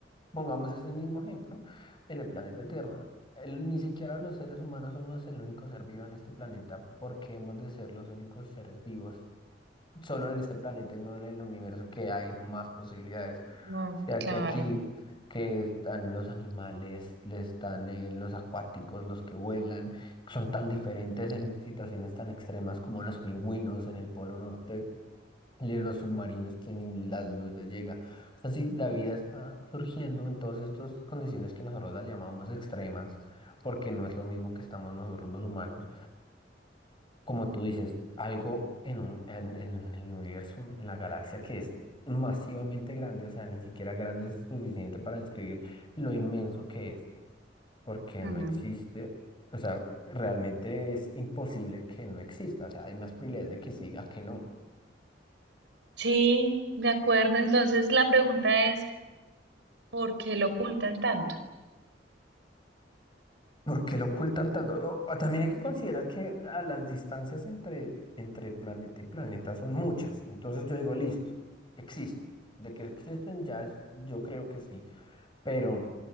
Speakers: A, on the left; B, on the right.
A: pongamos ese mismo ejemplo en el planeta Tierra. El- ni siquiera los seres humanos somos el único ser vivo en este planeta porque hemos de ser los únicos seres vivos solo en este planeta y no en el universo que hay más posibilidades.
B: no,
A: O sea
B: claro.
A: que aquí que están los animales, le están eh, los acuáticos, los que vuelan, son tan diferentes en situaciones tan extremas como los pingüinos en el Polo Norte, y los submarinos que ni la luz les llega. O sea, si la vida está surgiendo en todas estas condiciones que nosotros las llamamos extremas, porque no es lo mismo que estamos nosotros los humanos como tú dices, algo en un, en, en un- en el universo, en la galaxia que es masivamente grande, o sea, ni siquiera grande es suficiente para describir lo inmenso que es, porque
B: Mm.
A: no existe, o sea, realmente es imposible que no exista, o sea, hay más probabilidades de que sí a que no.
B: Sí, de acuerdo. Entonces la pregunta es, ¿por qué lo ocultan tanto?
A: ¿Por qué lo ocultan tanto? O- también hay que considerar que ah, las distancias entre, entre planeta y planeta son muchas, entonces yo digo, listo, existe. De que existen ya es- yo creo que sí, pero...